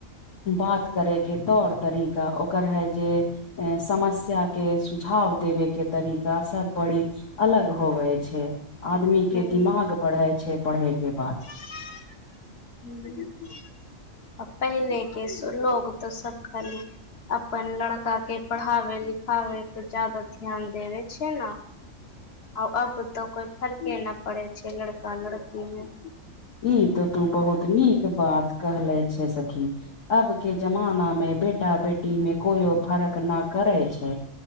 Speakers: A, on the left; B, on the left.
A: बात करेके तौर तरीका ओकर है जे समस्या के सुझाव देबे के तरीका सब बड़ी अलग होवे छैय आदमी के
B: हूं
A: दिमाग बढ़ै छैय पढ़े के बाद।
B: <unintelligible> पहिले के स लोग तऽ सब खाली अपन लड़का के पढ़ावे लिखावे पर जादा ध्यान देवे छैय ने। आ अब तऽ कोइ फरके न पड़े छैय लड़का लड़कीमे।
A: ई तो तू बहुत नीक बात कहले छे सखी अब के जमाना में बेटा बेटी मे कोइो फरक न करै छैय